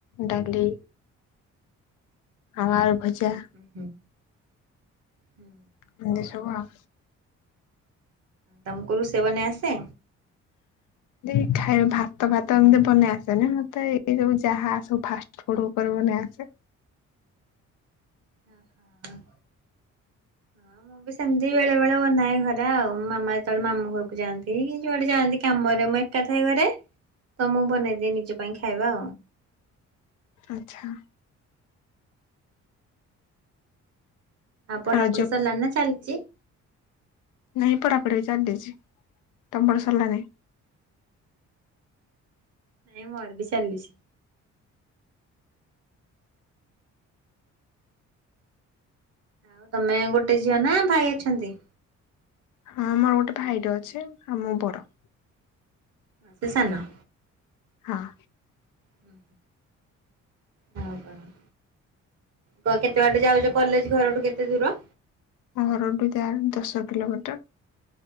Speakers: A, on the left; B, on the right.
A: ଡାଲି ଆଳୁ ଭଜା।
B: ହୁଁ, ହୁଁ। ହୁଁ।
A: ଏମିତି ସବୁ ଆଉ।
B: ତୋମ କୁ ରୋଷେଇ ବନେଇ ଆସେ?
A: ନାଇଁ ଖାଇବା ଭାତ ଫାତ ଏମତି ବନେଇ ଆସେନି। ମୋତେ ଏଇ ସବୁ ଯାହା ସବୁ ଫାଷ୍ ଫୁଡ୍ ଉପରେ ବନେଇ ଆସେ।
B: ହୋ, ହୋ।
A: ହ <inaudible>
B: ହଁ ମୁଁ ବି ସେମିତି ବେଳେ ବେଳେ ବନାଏ ଘରେ ଆଉ, ମାମା ଯେତେବେଳେ ମାମୁ ଘରକୁ ଯାଆନ୍ତି, କି ଯୁଆଡେ ଯାଆନ୍ତି କାମରେ ମୁଁ ଏ ଏକା ଥାଏ ଘରେ, ତ ମୁଁ ବନେଇ ଦିଏ ନିଜ ପାଇଁ ଖାଇବା।
A: ଆଚ୍ଛା।
B: ଆଉ ପଢା
A: ରଜ
B: ପଢି ସରିଲାଣି ନା ଚାଲିଚି?
A: ନାଇଁ ପଢାପଢି ଚାଲିଛି। ତୋମର ସରିଲାଣି?
B: ନାଇଁ ମୋର ବି ଚାଲିଛି। ଆଉ ତୋମେ ଗୋଟେ ଝିଅ ନା ଭାଇ ଅଛନ୍ତି?
A: ହଁ ମୋର ଗୋଟେ ଭାଇ ଟେ ଅଛି ଆଉ, ଆଉ ମୁଁ ବଡ।
B: ହଁ ସିଏ ସାନ।
A: ହଁ।
B: ହଁ, ହଁ ଆଉ କଣ? କ- କେତେ ବାଟ ଯାଉଚ? କଲେଜ୍ ଘରଠୁ କେତେ ଦୂର?
A: ଘରଠୁ ଯାଏ ଦଶ କିଲୋମିଟର।